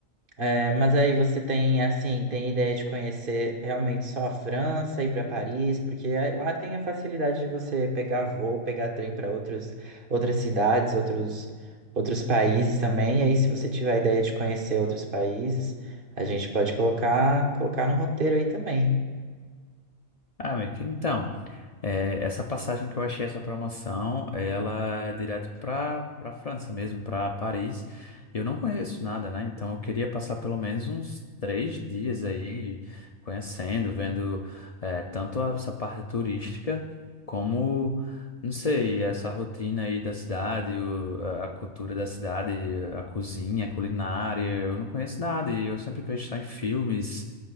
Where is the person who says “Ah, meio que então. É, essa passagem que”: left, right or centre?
Left